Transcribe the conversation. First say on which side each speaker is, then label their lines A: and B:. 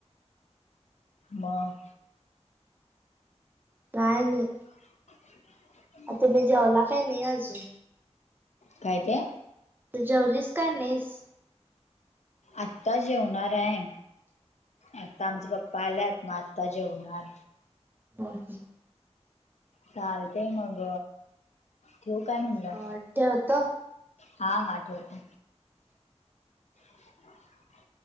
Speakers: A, on the left (about 75°); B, on the right (about 15°).
A: मग
B: काही नाही.
A: <inaudible>
B: तुम्ही जेवला काय नाही अजून?
A: काय ते?
B: तर जेवलीस काय नाहीस?
A: आत्ता जेवणार आहे आता आमचा पप्पा आल्यात. आत जेवणार.
B: हम हम.
A: चालतेय मग ठेऊ काय म्हणलं.
B: अ ठेवतो.
A: हा हा ठेव <inaudible>